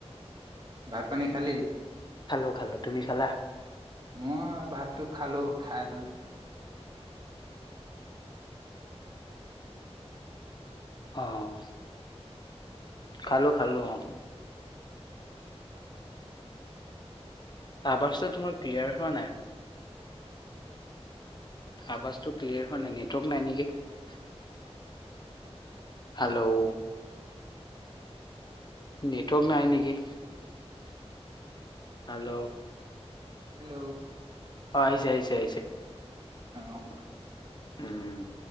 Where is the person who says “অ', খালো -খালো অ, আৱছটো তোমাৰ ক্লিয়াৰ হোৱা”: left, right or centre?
Left